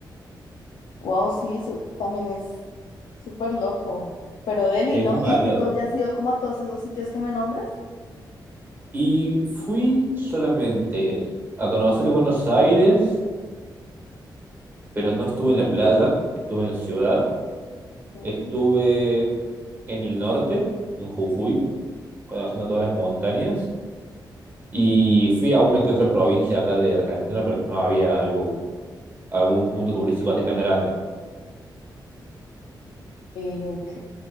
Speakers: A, on the left; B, on the right.
A: Wow, sí, su- también es súper loco. Pero Delhi,
B: Sí,
A: ¿no?
B: es muy variado.
A: ¿Y, y tú ya has ido como a todos esos sitios que me nombres?
B: Y fui solamente a conocer Buenos Aires, pero no estuve en la playa, estuve en la ciudad,
A: Ok,
B: estuve en el norte, en Jujuy conociendo todas las montañas. Y fui a una que otra provincia acá de Argentina, pero que no había algo, algún punto turístico así tan grande.
A: ok.